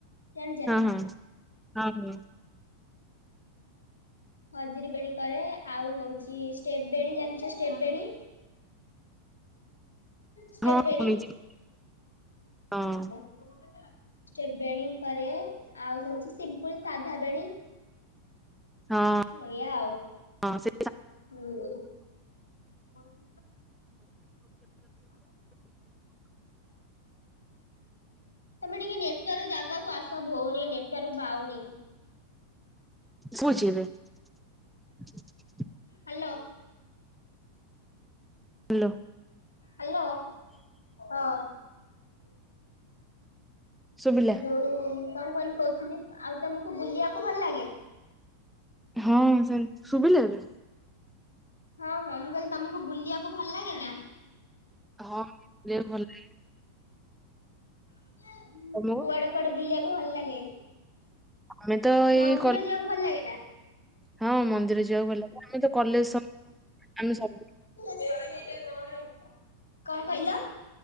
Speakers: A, on the left (about 70°); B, in the centre.
A: ଜାଣିଚ
B: ହଁ
A: ନା?
B: ହଁ ହଁ
A: ଖଜୁରି ବେଣୀ କରେ। ଆଉ ହଉଚି ଷ୍ଟେପ୍ ବେଣୀ ଜାଣିଚ ଷ୍ଟେପ୍ ବେଣୀ? ଷ୍ଟେପ
B: ହଁ
A: ବେଣୀ
B: ଜାଣିଚି ହଁ।
A: ଷ୍ଟେପ୍ ବେଣୀ କରେ ଆଉ ହଉଚି ସିମ୍ପୁଲ୍ ସାଧା ବେଣୀ।
B: ହଁ।
A: ଏ ଇୟା।
B: ହଁ ସେ
A: ହୁଁ ହୁଁ ଆଉ ତମକୁ <unintelligible> ତମେ ଟିକେ ନେଟିୱାର୍କ ଜାଗାକୁ ଆସ ଭଉଣୀ ନେଟି ୱାର୍କ ବାଉନି।
B: ପୁଜିବେ। ହ <unintelligible>
A: ହାଲୋ।
B: ହାଲୋ।
A: ହାଲୋ ହଁ।
B: ଶୁଭିଲା
A: ଯୋଉ କଣ କଁ କୁହନି କହୁଥିଲି ଆଉ ତମକୁ ବୁଲିଆକୁ ଭଲ ଲାଗେ?
B: ହଁ ସେମି ଶୁଭିଲା ଏବେ?
A: ହଁ ହଁ ମୁଁ କଇଲି ତମକୁ ବୁଲିଆକୁ ଭଲ ଲାଗେ ନା?
B: ହଁ ବୁଲିଆକୁ ଭଲ ଲାଗେ।
A: <unintelligible>
B: ତମକୁ?
A: କୁଆଡେ କୁଆଡେ ବୁଲିଆକୁ ଭଲ ଲାଗେ
B: ଆମେ ତ ଏଇ
A: ମନ୍ଦିର
B: କଲେ
A: ଯିଆକୁ ଭଲ ଲାଗେ ନା?
B: ହଁ ମନ୍ଦିର ଯିବାକୁ ଭଲ ଲାଗେ ଆମେ ତ କଲେଜ୍ ସ ଆମେ ସବୁ
A: <unintelligible> କଁ କଇଲ?